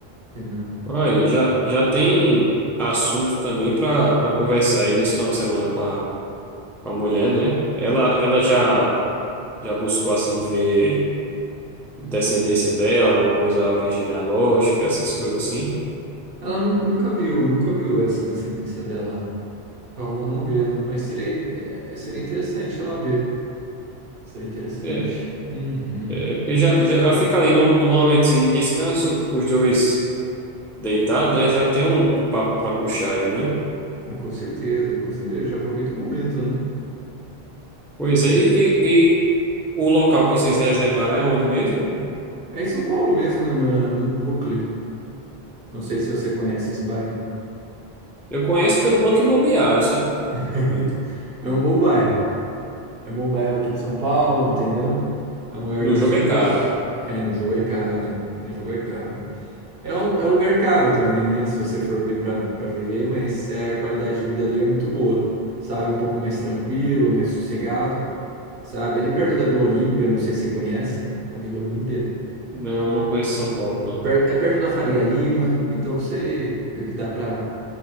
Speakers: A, on the right (about 60°); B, in the centre.
A: entendeu?
B: Aí, já, já tem assunto também para para conversar aí nesse final de semana com a, com a mulher, né? Ela, ela já, já buscou assim ver descendência dela, alguma coisa, árvore genealógica, essas coisas assim.
A: Ela nu- nunca viu, nunca viu essa descendência dela. Vamos não ver, né? Mas seria, é, seria interessante ela ver. Seria interessante.
B: É,
A: Uhum.
B: é porque já, já fica ali num, num momento assim, de descanso, os dois. deitado, né? Já tem um, um papo para puxar aí, né?
A: É, com certeza, com certeza. Já aproveita o momento, né?
B: Pois
A: Aproveita
B: é, e, e- e o local que vocês reservaram é onde mesmo?
A: É em São Paulo mesmo, no, no Brooklyn. Não sei se você conhece esse bairro.
B: Eu conheço pelo Banco Imobiliário, sabe?
A: <laughs> É um bom bairro. É um bom bairro aqui de São Paulo, entendeu? É um lugar
B: No
A: gostoso.
B: jogo é caro.
A: É, no jogo é caro. No jogo é caro. É um, é um lugar caro também, né? Se você for ver para para viver, mas é, a qualidade de vida ali é muito boa, sabe? Um pouco mais tranquilo, mais sossegado, sabe? Ali perto da Vila Olímpia, não sei se você conhece a Vila Olímpia.
B: Não, eu não conheço São Paulo, não.
A: Per- É perto da Faria Lima, então você meio que dá para